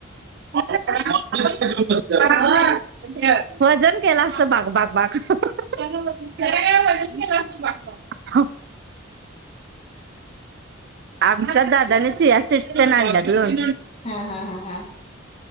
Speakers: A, on the right; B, on the left.
A: <unintelligible> वजन केलं असतं बाग बाग बाग त्याला काय वजन केलं असत बाक हा <unintelligible> आमच्या दादानी चिया सिट्स तेन आणल्यात गं.
B: हा हा हा हा